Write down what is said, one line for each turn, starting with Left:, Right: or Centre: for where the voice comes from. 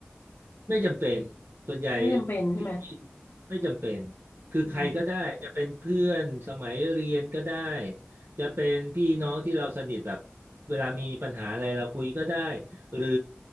Right: ไม่จำเป็น ส่วนใหญ่
Left: ไม่จำเป็นใช่ไหม
Right: พี่ไม่จำเป็น คือใครก็ได้
Left: อืม
Right: จะเป็นเพื่อนสมัยเรียนก็ได้ จะเป็นพี่น้องที่เราสนิทแบบ เวลามีปัญหาอะไรเราคุยก็ได้หรือ